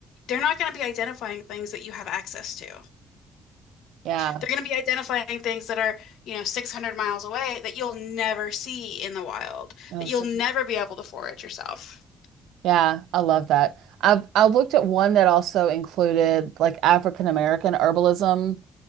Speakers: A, on the left (about 80°); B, on the right (about 85°).
A: they're not going to be identifying things that you have access to.
B: Yeah.
A: They're going to be identifying things that are, you know, 600 miles away that you'll never see in the wild,
B: Oh,
A: that
B: such
A: you'll never
B: a,
A: be able to forage yourself.
B: yeah, I love that. I've I looked at one that also included like African American herbalism